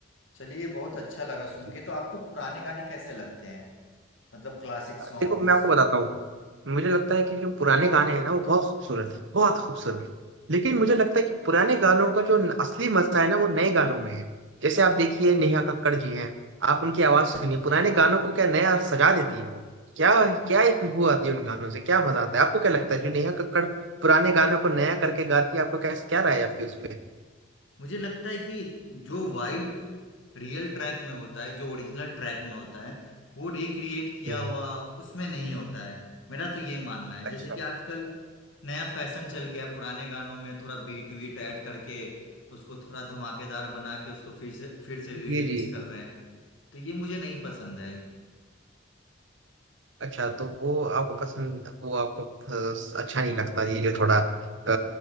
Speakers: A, on the left; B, on the right.
A: चलिए बहुत अच्छा लगा सुन
B: जी
A: के तो आपको पुराने गाने कैसे लगते हैं मतलब क्लासिक सॉन्ग्स
B: देखो मैं आपको बताता हूँ मुझे लगता है कि जो पुराने गाने हैं ना वो बहुत खूबसूरत है बहुत खूबसूरत लेकिन मुझे लगता है कि पुराने गानों का जो असली मजा है ना वो नए गानों में है जैसे आप देखिए नेहा कक्कड़ जी हैं आप उनकी आवाज सुनिए पुराने गानों को क्या नया सजा देती है वो क्या क्या ही खुशबू आती है उन गानों से क्या मजा आता है आपको क्या लगता है जो नेहा कक्कड़ पुराने गानों को नया करके गाती है आपको क्या क्या राय है आपकी उस पे
A: मुझे लगता है कि जो वाइब रियल ट्रैक में होता है जो ओरिजिनल ट्रैक में होता है वो रिक्रिएट किया
B: हम्म,
A: हुआ उसमें नहीं होता है मेरा तो ये मानना है जैसे
B: अच्छा
A: कि आजकल नया फैशन चल गया है, पुराने गानों में थोड़ा बीट वीट ऐड करके उसको थोड़ा धमाकेदार बना के उसको फिर से फिर से रिलीज
B: जी जी
A: कर रहे हैं तो ये मुझे नहीं पसंद है
B: अच्छा तो वो आपको पसंद वो आपको अ, अच्छा नहीं लगता ये जो थोड़ा अ,